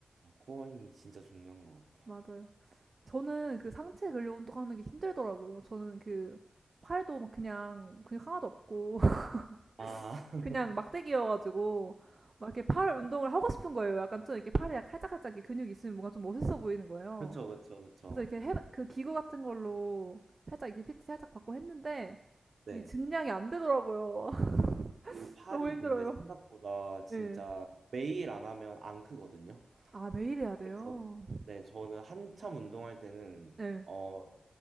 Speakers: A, on the right (about 75°); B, on the right (about 45°).
A: 코어 힘이 진짜 중요한 것 같아요.
B: 맞아요. 저는 그 상체 근력 운동하는 게 힘들더라고요. 저는 그, 팔도 막 그냥, 근육 하나도 없고, <laughs>
A: 아, <laughs>
B: 그냥 막대기여가지고, 막 이렇게 팔 운동을 하고 싶은 거예요. 약간 좀 이렇게 팔에 칼짝칼짝 이렇게 근육이 있으면 뭔가 좀 멋있어 보이는 거예요.
A: 그쵸, 그쵸, 그쵸.
B: 그래서 이렇게 해, 그 기구 같은 걸로 살짝 이게 피 t 살짝 받고 했는데
A: 네.
B: 이 증량이 안 되더라고요. <laughs>
A: 그 팔이
B: 너무 힘들어요.
A: 근데 생각보다 진짜
B: 네.
A: 매일 안 하면 안 크거든요.
B: 아, 매일 해야 돼요.
A: 그래서 네, 저는 한참 운동할 때는
B: 네.
A: 어